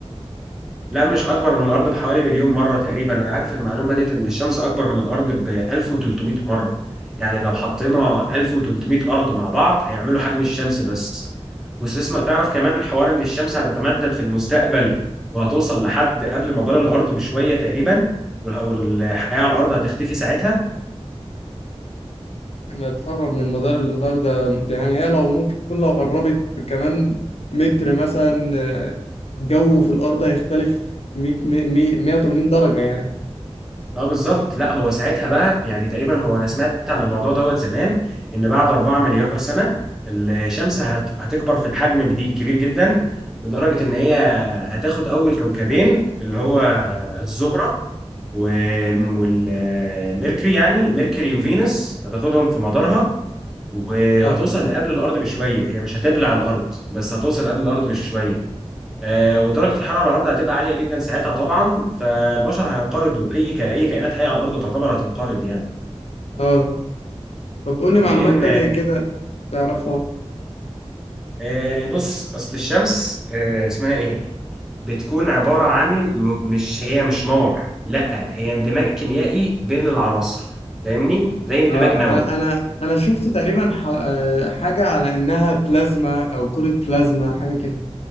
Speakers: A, in the centre; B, on the left.
A: لا مش اكبر من الارض بحوالي مليون مره تقريبا انا عارف المعلومه ديت ان الشمس اكبر من الارض ب 1300 مره يعني لو حطينا 1300 ارض مع بعض هيعملوا حجم الشمس بس واستسمع تعرف كمان حوار ان الشمس هتتمدد في المستقبل وهتوصل لحد قبل مدار الارض بشويه تقريبا والح- والحياه على الارض هتختفي ساعتها
B: لما تقرب من مدار الأرض يعني هي لو ممكن تكون لو قربت كمان متر مثلا آه، الجو في الأرض هيختلف 100 100 180 درجة يعني
A: اه بالظبط لا هو ساعتها بقى يعني تقريبا هو انا سمعت عن الموضوع دوت زمان ان بعد 4 مليار سنه الشمس هت- هتكبر في الحجم جديد كبير جدا لدرجه ان هي هتاخد اول كوكبين اللي هو الزهره والميركوري يعني ميركوري وفينوس هتاخدهم في مدارها وهتوصل
B: اه
A: لقبل الارض بشويه هي مش هتبلع الارض بس هتوصل قبل الارض بشويه آه، ودرجه الحراره على الارض هتبقى عاليه جدا ساعتها طبعا فالبشر هينقرضوا اي ك... اي كائنات حيه على الارض تعتبر هتنقرض يعني
B: اه طب قول لي معلومات
A: لان
B: تانية كده تعرفها
A: آه، بص اصل الشمس آه، اسمها ايه بتكون عباره عن م... مش هي مش نار لا هي اندماج كيميائي بين العناصر فاهمني زي اندماج
B: آه
A: نووي
B: أنا أنا شفت تقريبا ح- آه، حاجة على إنها بلازما أو كرة بلازما حاجة كده